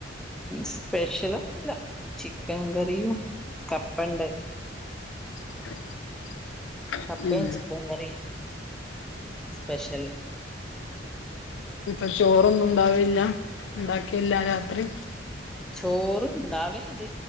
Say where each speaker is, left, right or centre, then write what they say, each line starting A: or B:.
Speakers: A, in the centre; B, on the left.
A: സ്പെഷ്യലൊന്നുല്ല ചിക്കൻ കറിയും കപ്പെണ്ട്
B: <unintelligible>
A: കപ്പയും
B: ഉം
A: ചിക്കൻ കറിയും സ്പെഷ്യല്
B: ഇനിപ്പ ചോറൊന്നും ഉണ്ടാവലില്ല ഇണ്ടാക്കീല്ലാ രാത്രി
A: ചോർ ഇണ്ടാവലിണ്ട്